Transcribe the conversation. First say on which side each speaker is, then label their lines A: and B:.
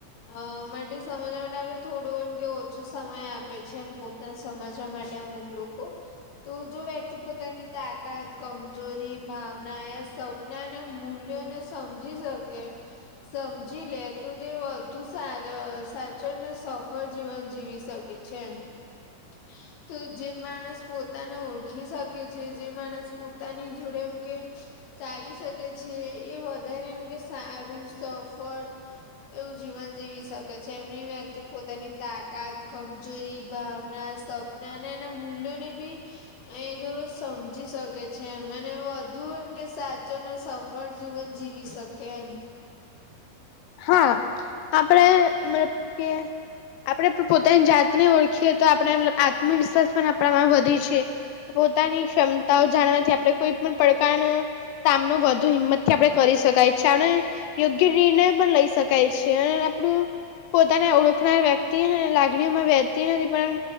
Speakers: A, on the left (about 70°); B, on the left (about 85°).
A: અ માટે સમજવા માટે આપ થોડો એમ કે ઓછો સમય આપે છે, એ. <unintelligible> સમજવા માટે અમુક લોકો તો જો વ્યક્તિ પોતાની તાકાત કમજોરી ભાવના યા સપ અને મૂલ્યોને સમજી શકે. સમજી લે તો તે વધુ સ સાચો ને સફળ જીવન જીવી શકે છે એમ. <unintelligible> તો જે માણસ પોતાને ઓળખી શકે છે, જે માણસ પોતાની જોડે એમ કે. ચાલી શકે છે, એ વધારે એમ કે સારું સફળ. એવું જીવન જીવી શકે છે, એમની વ્યક્તિ પોતાની તાકાત કમજોરી ભાવના સ પના નાના મૂલ્યોને બી. <unintelligible> એ જો સમજી છે, મને એમ કે સાચો ને સ ફળ જીવન જીવી શકે એમ.
B: હા આપડે <unintelligible> આપડે પોતાની જાતને ઓળખીએ તો આપણે આત્મવિશ્વાસ પણ આપણામાં વધે છે. પોતાની ક્ષમતાઓ જાણવાથી આપડે કોઈ પણ પડકાર <unintelligible> સામનો વધુ હિંમત થી આપડે કરી શકાય છીએ આપણે યોગ્ય. નિર્ણયો પણ લઈ શકાય છે, અને આપણું. પોતાને ઓળખનાર વ્યક્તિ લાગણીઓમાં વહેતી નથી પણ.